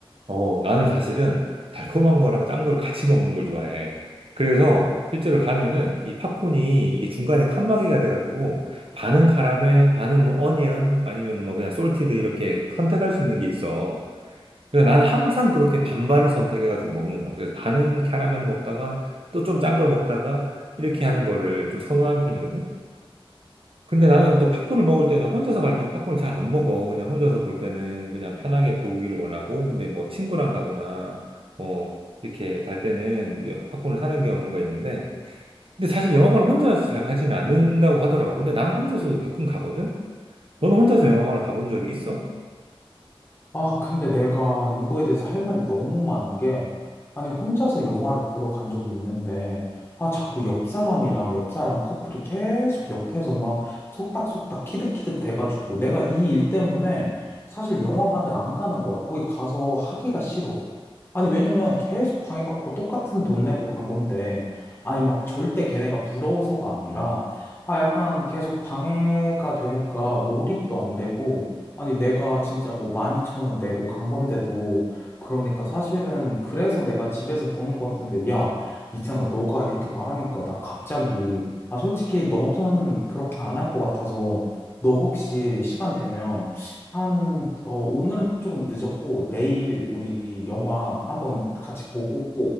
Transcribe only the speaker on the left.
아, 근데 내가 이거에 대해서 할 말이 너무 많은 게, 아니, 혼자서 영화를 보러 간 적이 있는데, 아, 자꾸 옆 사람이랑 옆 사람 커플이 계속 옆에서 막 속닥속닥 키득키득 돼가지고, 내가 이 일 때문에 사실 영화관을 안 가는 거야. 거기 가서 하기가 싫어. 아니, 왜냐면 계속 방해받고 똑같은 돈 내고 간 건데, 아니, 막 절대 걔네가 부러워서가 아니라, 아, 약간 계속 방해가 되니까 몰입도 안 되고, 아니, 내가 진짜 뭐 12,000원 내고 간 건데도, 그러니까 사실은 그래서 내가 집에서 보는 것 같은데, 야, 있잖아, 너가 이렇게 말하니까 나 갑자기, 아, 솔직히 너는 그렇게 안 할 것 같아서, 너 혹시 시간 되면, 한, 어, 오늘은 조금 늦었고, 내일 우리 영화 한번 같이 보고,